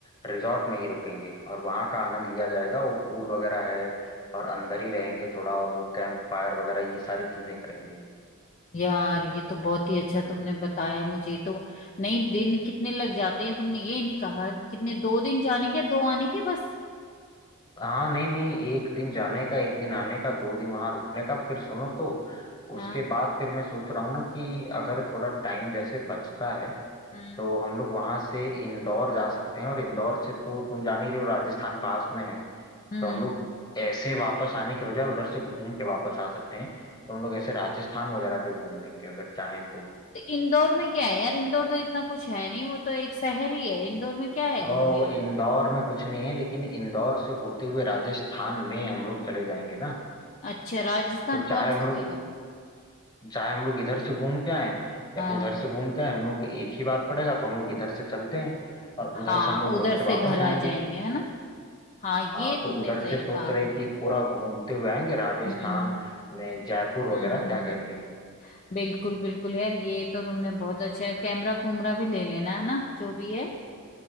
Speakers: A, on the left; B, on the left.
A: रिजॉर्ट में ही रुकेंगे और वहाँ का आनंद लिया जाएगा वो पूल वगैरह है और अंदर ही रहेंगे थोड़ा और वो कैंप फायर वगैरह ये सारी चीजें करेंगे
B: यार ये तो बहुत ही अच्छा तुमने बताया मुझे तो नहीं दिन कितने लग जाते हैं तुमने ये नहीं कहा कितने दो दिन जाने के दो आने के बस
A: हाँ नहीं नहीं एक दिन जाने का एक दिन आने का दो दिन वहाँ रुकने का फिर सुनो तो उसके
B: हाँ
A: बाद फिर मैं सोच रहा हूँ ना कि अगर थोड़ा टाइम जैसे बचता है
B: हम्म
A: तो हम लोग वहां से इंदौर जा सकते हैं और इंदौर से तो तुम जान ही रहे हो राजस्थान पास में है
B: हम्म
A: तो हम लोग ऐसे वापस आने के बजाय उधर से घूम के वापस आ सकते हैं तो हम लोग ऐसे राजस्थान वगैरह पे घूम लेंगे अगर चाहें तो
B: तो इंदौर में क्या है यार इंदौर तो इतना कुछ है नहीं वो तो एक शहर ही है इंदौर में क्या है
A: तो
B: घूमने
A: इंदौर
B: लायक
A: में कुछ नहीं है लेकिन इंदौर से होते हुए राजस्थान में हम लोग चले जाएंगे ना
B: अच्छा राजस्थान
A: तो चाहे
B: कौन
A: हम
B: सी
A: लोग
B: जगह
A: चाहे हम लोग इधर से घूम के आए या
B: हाँ
A: उधर से घूम के आए हम लोग को एक ही बात पड़ेगा तो हम लोग इधर से चलते हैं और उधर
B: हाँ
A: से हम लोग घूम
B: उधर
A: के
B: से
A: वापस
B: घर
A: आएंगे
B: आ जाएंगे है ना हाँ
A: हाँ
B: ये
A: तो
B: तुमने
A: उधर
B: सही
A: से सोच
B: कहा
A: रहे कि पूरा घूमते हुए आएंगे राजस्थान
B: हम्म
A: में जयपुर वगैरह
B: हम्म
A: क्या
B: हम्म हम्म।
A: कहती हो
B: बिल्कुल बिल्कुल यार ये तो तुमने बहुत अच्छा है कैमरा कुमरा भी ले लेना है ना जो भी है